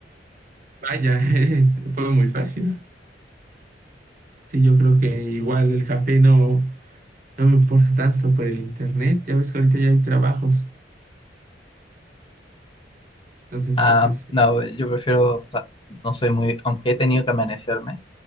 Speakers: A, on the right; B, on the left.
A: Vaya, <laughs> es- fue muy fácil. Sí, yo creo que igual el café no. no me importa tanto por el internet. Ya ves que ahorita ya hay trabajos. Entonces,
B: Ah,
A: pues es,
B: no, eh, yo prefiero, o sea, no soy muy, aunque he tenido que amanecerme,